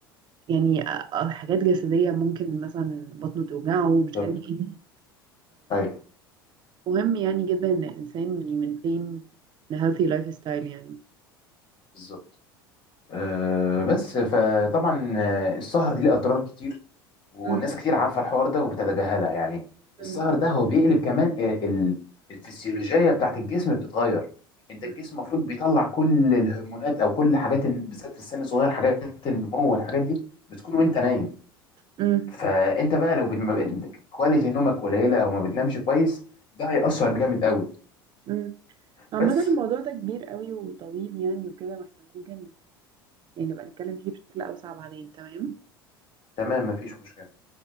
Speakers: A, on the right; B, on the left.
A: يعني آه، حاجات جسدية ممكن مثلا بطنه توجعه ومش
B: بالظبط
A: عارف ايه مم.
B: ايوه
A: فمهم يعني جدا ان الانسان يمنتين a healthy لايف ستايل يعني
B: بالظبط أه بس فطبعا آه، السهر ليه اضرار كتير والناس
A: مم.
B: كتير عارفه الحوار ده وبتتجاهلها يعني السهر
A: مم.
B: ده هو بيقلب كمان آه، ال- الفسيولوجيه بتاعت الجسم بتتغير انت
A: مم.
B: الجسم المفروض بيطلع كل الهرمونات او كل حاجات ال- بالذات في السن الصغير حاجات النمو والحاجات دي بتكون وانت نايم
A: مم.
B: فانت بقى لو بت- ما بت- كواليتي نومك قليله او ما بتنامش كويس ده هيأثر جامد قوي
A: مم. عامة
B: بس
A: الموضوع ده كبير قوي وطويل يعني وكده واحنا ممكن يعني نبقى نتكلم فيه بشكل أوسع بعدين تمام؟
B: تمام مفيش مشكله